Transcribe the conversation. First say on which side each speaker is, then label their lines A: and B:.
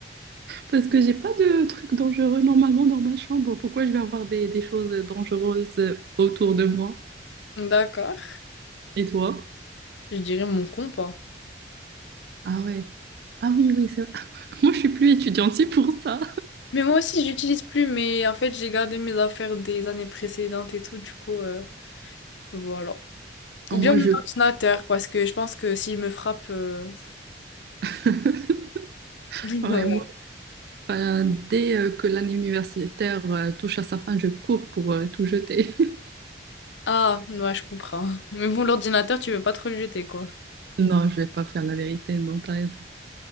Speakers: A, on the right; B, on the left.
A: Parce que j'ai pas de trucs dangereux normalement dans ma chambre. Pourquoi je vais avoir des, des choses dangereuses autour de moi?
B: D'accord.
A: Et toi?
B: Je dirais mon compas.
A: Ah ouais. Ah oui, oui, c'est <laughs> Moi, je suis plus étudiante, c'est pour ça.
B: Mais moi aussi, j'utilise plus, mais en fait, j'ai gardé mes affaires des années précédentes et tout, du coup, euh, voilà.
A: Ah,
B: Ou
A: moi,
B: bien mon
A: je...
B: ordinateur, parce que je pense que s'il me frappe. euh,
A: <laughs>
B: <laughs>
A: ouais,
B: ouais.
A: moi, euh, dès euh, que l'année universitaire euh, touche à sa fin, je cours pour euh, tout jeter. <laughs>
B: Ah, ouais, je comprends. Mais bon, l'ordinateur, tu veux pas trop le jeter, quoi.
A: Non, je vais pas faire la vérité, non, t'as raison.